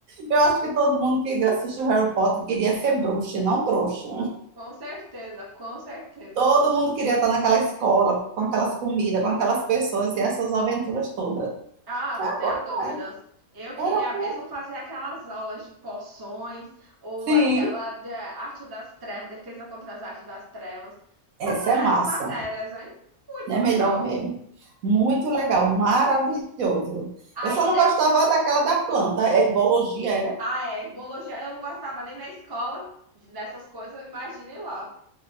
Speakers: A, on the right; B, on the right.
A: Eu acho que todo mundo que assistiu Harry Potter queria ser bruxa, e não trouxa.
B: Com certeza, com certeza.
A: Todo mundo queria estar naquela escola, com aquelas comidas, com aquelas pessoas e essas aventuras todas.
B: Ah, não
A: É
B: tenha
A: bom,
B: dúvidas.
A: não é?
B: Eu queria
A: Era bom.
B: mesmo fazer aquelas aulas de poções ou
A: Sim,
B: aquela de arte das trevas, defesa contra as artes das trevas.
A: essa
B: As melhores
A: é massa.
B: matérias, hein? Muito
A: Não é
B: legal.
A: melhor mesmo? Muito legal, maravilhoso.
B: Aí,
A: Eu só não
B: de...
A: gostava daquela da planta. A herbologia era
B: ah, é, biologia eu não gostava nem na escola dessas coisas, imagine lá.